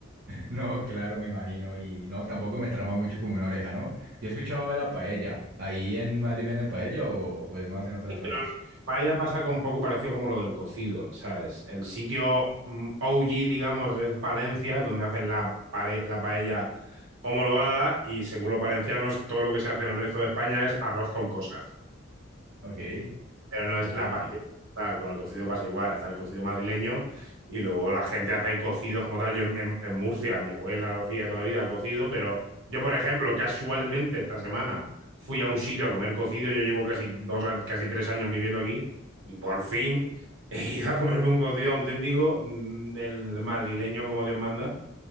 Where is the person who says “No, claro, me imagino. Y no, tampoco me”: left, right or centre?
Right